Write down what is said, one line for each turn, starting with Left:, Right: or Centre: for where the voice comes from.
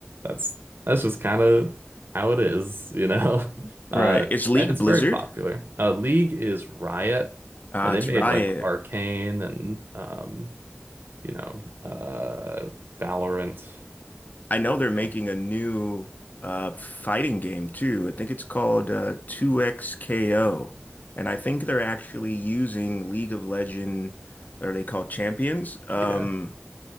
Right: that's that's just kind of how it is, you know? <laughs> Uh,
Left: Right. It's League
Right: and it's
Left: Blizzard.
Right: very popular. Uh, League is Riot.
Left: Ah,
Right: Uh, they
Left: it's
Right: made
Left: Riot.
Right: like Arcane and um, you know, uh, Valorant.
Left: I know they're making
Right: Yeah,
Left: a new uh, fighting game too. I think it's called uh, 2XKO. And I think they're actually using League of Legend, or they call champions, um,
Right: yeah.